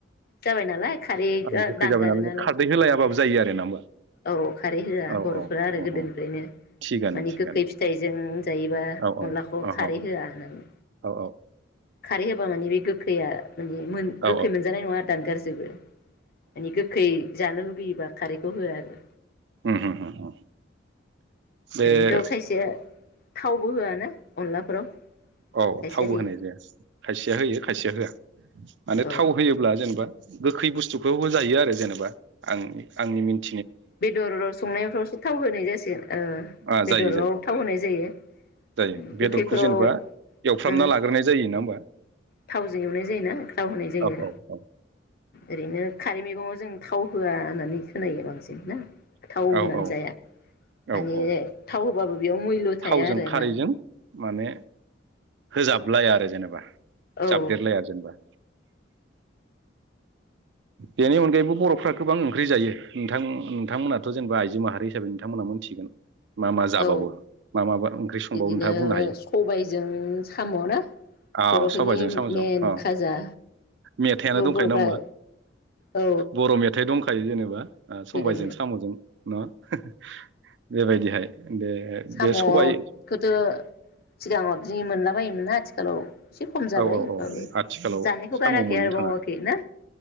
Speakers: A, on the left; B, on the right.
A: जाबाय नालाय खारै
B: आरो गोखै
A: दानगारो
B: जाबाय
A: नालाय
B: जों खारदै होलायाबाबो जायो आरो ना होमबा
A: औ खारै होआ
B: औ
A: बर'फोरा
B: औ
A: आरो
B: अ
A: गोदोनिफ्रायनो
B: अ थिगानो
A: मानि
B: थिगानो
A: गोखै फिथाइजों जायोबा
B: औ औ
A: अनलाखौ
B: अ
A: खारै
B: अ
A: होआ होननानै
B: औ
A: खारै होबा माने बे गोखैया माने
B: औ
A: गोखै मोनजानाय नङा दानगार जोबो मानि गोखै जानो लुुबैयोबा खारैखौ होआ आरो
B: औ औ बे
A: ओरैनोथ' खायसे थावबो होआना अनलाफोराव
B: औ
A: खायसेया
B: थावबो
A: होयो
B: होनाय जाया खायसेया होयो खायसेया होआ माने
A: औ
B: थाव होयोब्ला जेनेबा गोखै बुस्थुखौ होजायो आरो जेनेबा आं-आंनि मिनथि
A: बेदर संनायफ्रावसो थाव होनाय जासिगोन
B: आं
A: बेदराव
B: जायो जायो
A: थाव होनाय जायो
B: जायो
A: गोखैफोराव
B: बेदरखौ जेनेबा एवफ्रामना
A: ओ
B: लाग्रोनाय जायो ना होमबा
A: थावजों एवनाय जायोना थाव होनाय जायो
B: औ
A: आरो
B: औ औ
A: ओरैनो खारै मैगङाव जों थाव होआ होननानै खोनायो बांसिन ना थाव
B: औ
A: होनानै
B: औ औ
A: जाया
B: औ
A: माने
B: औ
A: थाव होबाबो बेयाव मुल' थाया
B: थावजों
A: आरो
B: खारैजों
A: ना
B: माने होजाबलाया आरो जेनेबा
A: औ
B: जाबदेरलाया जेनबा बेनि अनगायैबो बर'फ्रा गोबां ओंख्रि जायो नोंथां नोंथांमोनाथ' जेनेबा आइजो माहारि हिसाबै नोंथांमोना मोनथिगोन मा मा जाबावो
A: औ
B: मा माबा ओंख्रि संबावो
A: बिदिनो
B: नोंथाङा बुंनो हायो
A: सबायजों साम' ना
B: अ
A: बर'फोरनि
B: सबायजों साम'जों
A: मेन
B: अ
A: खाजा
B: मेथाइआनो
A: बेखौ
B: दंखायो
A: बर'फ्रा
B: नङा होमबा
A: औ
B: बर' मेथाइ दंखायो जेनेबा सबायजों
A: गोदो
B: साम'जों नङा बेबायदिहाय दे
A: साम'खौथ'
B: बे सबाय
A: सिगाङाव जि मोनला बायोमोन ना आथिखालाव एसे खम जाबाय
B: औ औ
A: होमबाबो
B: औ आथिखालाव
A: जानायखौ
B: साम'
A: गाराखै
B: मोननो
A: आरो
B: थाङा
A: बावाखै ना